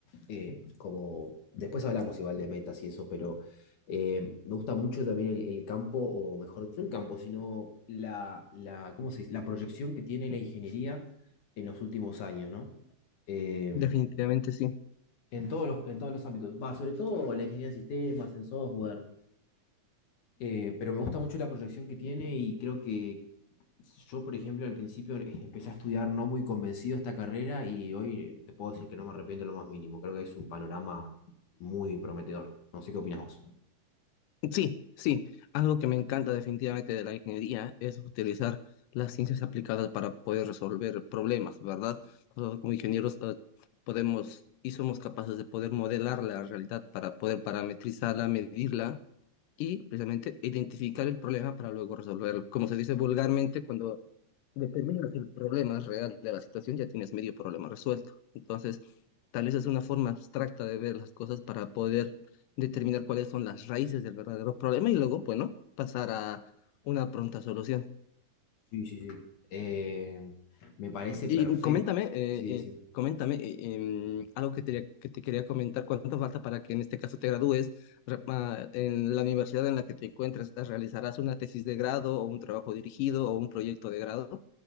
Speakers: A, on the left (about 70°); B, on the left (about 85°).
A: eh, como después hablamos igual de metas y eso, pero eh, me gusta mucho también el, el campo, o mejor, no el campo, sino la, la, ¿cómo se dice? La proyección que tiene la ingeniería en los últimos años, ¿no? Em,
B: Definitivamente sí.
A: en todos los, en todos los ámbitos, va, sobre todo la ingeniería en sistemas, en software, eh, pero me gusta mucho la proyección que tiene y creo que yo, por ejemplo, al principio eh, empecé a estudiar no muy convencido esta carrera y hoy eh, te puedo decir que no me arrepiento lo más mínimo. Creo que es un panorama muy prometedor. No sé qué opinas vos.
B: Sí, sí, algo que me encanta definitivamente de la ingeniería es utilizar las ciencias aplicadas para poder resolver problemas, ¿verdad? Nosotros como ingenieros eh, podemos y somos capaces de poder modelar la realidad para poder parametrizarla, medirla y precisamente identificar el problema para luego resolverlo. Como se dice vulgarmente, cuando determinas el problema real de la situación, ya tienes medio problema resuelto. Entonces, tal vez es una forma abstracta de ver las cosas para poder determinar cuáles son las raíces del verdadero problema y luego, bueno, pasar a una pronta solución.
A: Sí, sí, sí. Eh, me parece perfecto.
B: Y coméntame, eh,
A: Sí,
B: eh,
A: sí.
B: coméntame eh, em, algo que te, que te quería comentar, cuánto falta para que en este caso te gradúes Re- ah, en la universidad en la que te encuentres, ¿realizarás una tesis de grado o un trabajo dirigido o un proyecto de grado?